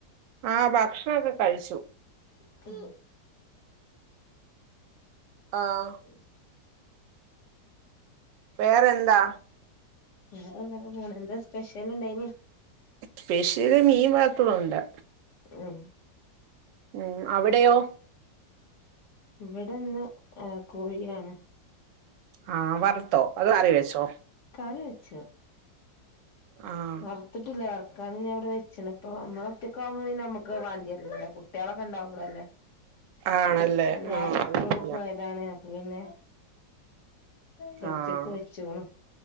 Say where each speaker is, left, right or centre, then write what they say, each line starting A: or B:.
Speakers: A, on the right; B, on the left.
A: ആഹ് ഭക്ഷണൊക്കെ കഴിച്ചു
B: ക്ക്
A: ആഹ്
B: <unintelligible>
A: വേറെന്താ
B: വേറന്താ ങ്ങനെ പോണ് എന്താ സ്പെഷ്യൽ ഇണ്ടായി നെ
A: സ്പെഷ്യല് മീൻ വറുത്തതുണ്ട്
B: ഉം
A: ഉം അവിടെയോ
B: ഇവിടെ ഇന്ന് ആഹ് കോഴിയാണ്
A: ആഹ് വറുത്തോ അത് കറി വെച്ചോ
B: കറി വെച്ചു
A: ആഹ്
B: വറ് ത്ത്ട്ട്ല്ല വറക്കാന് ഞാ ഔടെ വെച്ച്ണ് ഇപ്പ നമ്മള ഒറ്റക്കാവുമ്പോ പിന്നെ നമ്മക്ക് വാണ്ടിയ ര് ല്ലല്ലോ കുട്ടിയൊളൊക്കെ ണ്ടാവുമ്പളല്ലേ
A: ആണല്ലേ
B: എല്ലാരു
A: ആഹ് അത്
B: സ്കൂള്
A: ശരിയാ
B: പോ താണ് അപ്പ പിന്നെ ഫിഡ്ജ്
A: ആഹ്
B: ക്ക് വെച്ച് ണ്